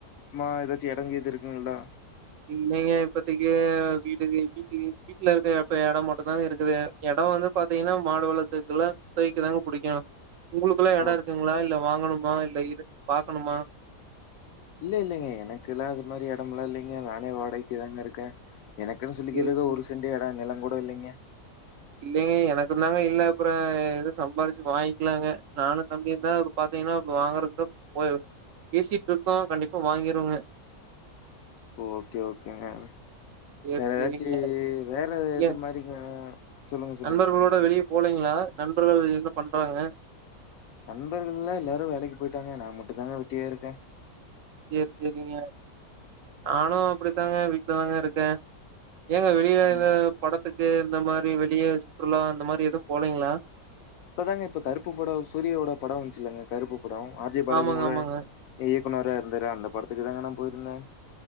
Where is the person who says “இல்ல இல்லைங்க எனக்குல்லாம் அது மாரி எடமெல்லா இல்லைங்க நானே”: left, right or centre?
Left